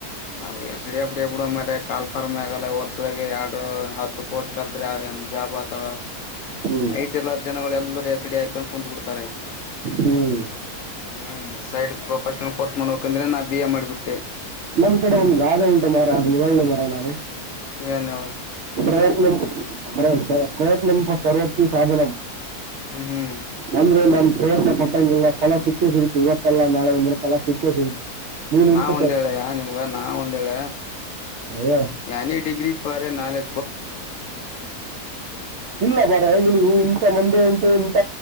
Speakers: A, on the left (about 70°); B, on the right (about 65°).
A: ಹ ಎಸ್ಡಿ ಬಿಬ್ಡ ಮ ಕಾಲ್ ಾರ್ ಆಗಲ್ಲ ವರ್ಷದಾಗ ಎರಡು ಹತ್ತು ಪೋಸ್ಟ್ ಕರ್ದ್ರ ಜಾಬ್ ಆಥವಾ
B: ಹ್ಮ್
A: ಐಟ ಎರ್ಲ್ಲ ಜನಗಳು ಎಲ್ಲರೂ ಎಸಡಿ ಹಾಕೊಂಡ ಕುತ್ ಬಿಡ್ತಾರೆ
B: ಹ್ಮ್
A: ಹ್ಮ್ ಸೈಡ್ ಪ್ರೊಫೆಷ್ನಲ್ ಕೋರ್ಸ್ ಮಾಡಬೇಕಂದ್ರೆ ನಾ ಬಿ ಎ ಮಾಡ್ಬಿಟ್ಟೆ
B: ನಮ್ ಕಡೆ ಒಂದು ಗಾದೆ ಉಂಟು ಮರ ಅದು ನಿ ಮರಾಯ ನಾನು
A: ಏನ್ ಹೇಳ
B: ಪ್ರಯತ್ನ ಅ ಸ ಪ್ರಯತ್ನ ಸವತ್ತ ಸಾಧನ
A: ಹ್ಮ್ ಹ್ಮ್
B: ಅಂದ್ರೆ ನಮ ಇವ ಕೊಟ್ಟಂಗೆಲ್ಲ ಫಲ ಸಿಕ್ಕೇ ಸಿಗುತ್ತೆ ಇವತ್ತಲ್ಲ ನಾಳೆ ಒಂದಿನ ಫಲ ಸಿಕ್ಕ ಸಿಗುತ್ತೆ ನೀನು
A: ನಾ
B: ಇಂತ
A: ಒಂದೇಳೆ ಮಗ ನಾ ಒಂದಳ
B: ಹೇಳ
A: ಯನೇ ಡಗ್ರಿ ಬಾರ ನಾೆ
B: ಇಲ್ಲ ಬರ ನಿನಗೂ ಇಂತ ಮಂದ ಉಂಟು ಇಂತ